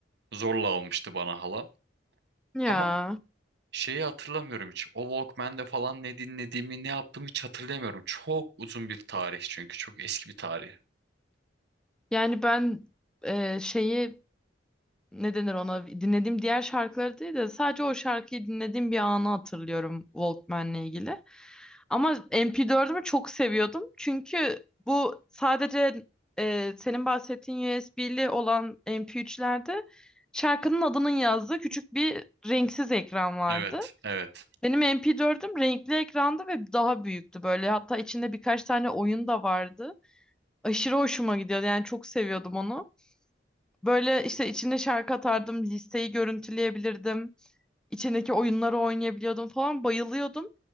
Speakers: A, on the right; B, in the centre.
A: zorla almıştı bana halam.
B: Ya.
A: Ama şeyi hatırlamıyorum hiç. O Walkman'de falan ne dinlediğimi ne yaptığımı hiç hatırlamıyorum. Çok uzun bir tarih çünkü çok eski bir tarih.
B: Yani ben e, şeyi ne denir ona dinlediğim diğer şarkıları değil de sadece o şarkıyı dinlediğim bir anı hatırlıyorum Walkman'le ilgili. Ama MP4'ümü çok seviyordum. Çünkü bu sadece e, senin bahsettiğin USB'li olan MP3'lerde şarkının adının yazdığı küçük bir renksiz ekran vardı.
A: Evet, evet.
B: Benim MP4'üm renkli ekranda ve daha büyüktü böyle. Hatta içinde birkaç tane oyun da vardı. Aşırı hoşuma gidiyordu. Yani çok seviyordum onu. Böyle işte içinde şarkı atardım, listeyi görüntüleyebilirdim, içindeki oyunları oynayabiliyordum falan bayılıyordum.